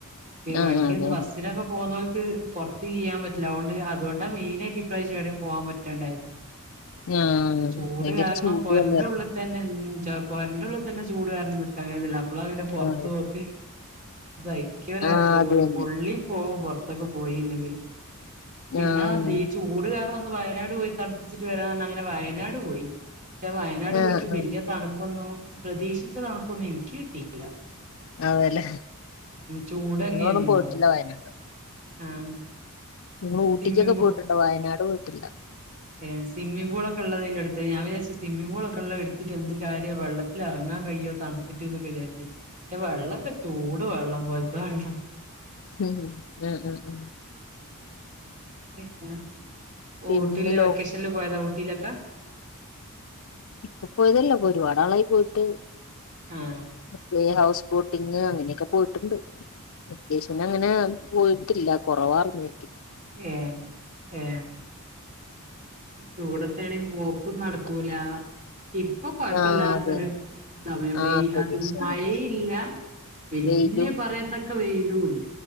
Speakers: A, on the left (about 60°); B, on the right (about 35°).
A: ആഹ്
B: വണ്ടിന്ന്
A: അതെ
B: ബസ്സിനൊക്കെ പോകുന്ന ഇ പുറത്ത് കീയ്യൻ പറ്റില്ല അതുകൊണ്ട് അതുകൊണ്ടാ മെയിനായിട്ട് ഇപ്രാവശ്യം ഇവിടയും പോകാൻ പറ്റാണ്ടായത്
A: ആഹ്
B: ചൂട്
A: ഭയങ്കര
B: കാരണം
A: ചൂടും
B: പൊരന്റെ
A: അല്ലാർന്നോ
B: ഉള്ളിൽ തന്നെ ച പൊരന്റെ ഉള്ള് തന്നെ ചൂട് കാരണം നിക്കാല്ല അപ്പളാ പിന്നെ പുറത്ത്
A: ആഹ്
B: പോക്ക് സയ്ക്കൂല
A: ആഹ്
B: ചൂട്
A: അത് തന്നെ
B: പൊള്ളി പോകും പുറത്തൊക്കെ പോയി എങ്കിൽ പിന്നെ
A: ആഹ്
B: തി ചൂട് കാര <unintelligible> ന്ന് വയനാട് പോയി തണ്പ്പിച്ച് ട്ട് വരാന്ന് ന്നങ്ങനെ വയനാട് പോയി വയനാട്
A: ആഹ്
B: പോയിറ്റും വല്ല്യേ
A: ആഹ്
B: തണ്പ്പൊന്നും പ്രതീക്ഷിച്ച തണ്പ്പൊന്നും ഇനിക്ക് കിട്ടിയില്ല
A: അതേലേ
B: ചൂടന്നെയായിരുന്നു
A: ഞങ്ങളൊന്നും പോയ്ട്ടില്ല
B: അവിടെ
A: വയനാട്
B: ആഹ്
A: നിങ്ങള് ഊട്ടിക്കൊക്കെ
B: സ്വിമ്മിംഗ്
A: പോയിട്ട്ണ്ട് വയനാട് പോയിട്ടില്ല
B: ഏ സ്വിമ്മി പൂളൊക്കെള്ളതേ എട്ത്തത് ഞാം വിചാരിച്ച് സ്വിമ്മി പൂളൊക്കെള്ളതെട്ത്തിട്ട് എന്ത്‌ കാര്യാ വെള്ളത്തിലെർങ്ങാൻ കഴിയോ തണ്ത്ത്ട്ട് ന്നൊക്കെ വിചാരിച്ച് വെള്ളക്കെ ചൂട് വെള്ളം പോലത്തെ കാണണം
A: മ് മ് മ് മ്
B: പിന്നെ ഓട്ടില്
A: പിന്നെ ലോ
B: വെക്കേഷനില് പോയത ഊട്ട ലക്ക
A: ഇപ്പൊ പോയതല്ലപ്പൊ ഒരുപാട്നാളായി പോയ്റ്റ്
B: ആഹ്
A: പ്ലേ ഹൌസ് ബോട്ടിങ് അങ്ങനെക്കെ പോയിട്ട്ണ്ട് വെക്കേഷന് അങ്ങനെ പോയിട്ടില്ല കൊറവാർഞ്
B: ഏ ഏ ചൂടത്തെവടീം പോക്കും നടക്കൂല ഇപ്പൊ കൊഴപ്പില്ലാതൊര്
A: ആഹ് അതന്നെ
B: സമയം
A: ആഹ്
B: വെയ്
A: അന്തരീക്ഷാണ്
B: അത് മഴയില്ല വല്ല്യേ
A: വെയിലും
B: പറയത്തക്ക വെയ്ലൂല